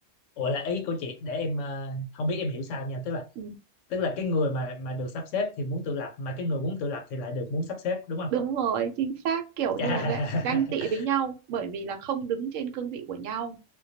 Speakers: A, on the left (about 75°); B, on the right (about 80°).
A: ủa là ý của chị để em ờ, không biết em hiểu sai nha tức là
B: ừ,
A: tức là cái người mà mà được sắp xếp thì muốn tự lập mà cái người muốn tự lập thì lại được muốn sắp xếp đúng không
B: đúng rồi chính xác kiểu
A: Chà.
B: như là ganh ganh
A: <laughs>
B: tị với nhau bởi vì là không đứng trên cương vị của nhau